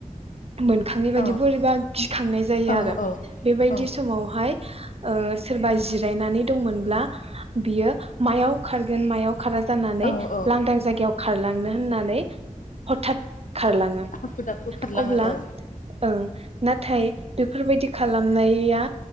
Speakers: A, on the right; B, on the left.
A: मोनखांनाय बायदि
B: औ
A: बोरैबा गिखांनाय जायो
B: औ
A: आरो बेबायदि
B: औ
A: समावहाय अ सोरबा जिरायनानै दंमोनब्ला बियो मायाव खारगोन मायाव खारा जानानै
B: औ औ
A: लांदां जायगायाव खारलांनो होननानै हथात खारलाङो
B: हाखु दाखु खारलाङो
A: अब्ला
B: औ
A: ओं नाथाय बेफोरबायदि खालामनाया